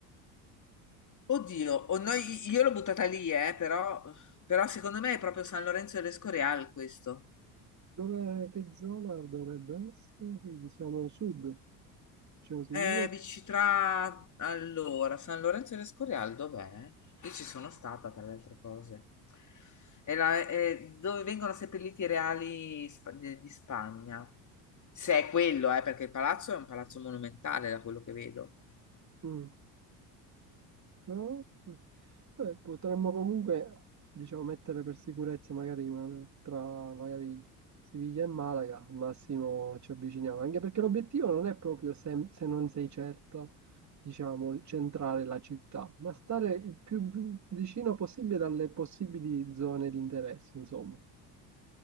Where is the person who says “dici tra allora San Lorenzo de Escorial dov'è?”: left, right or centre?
Left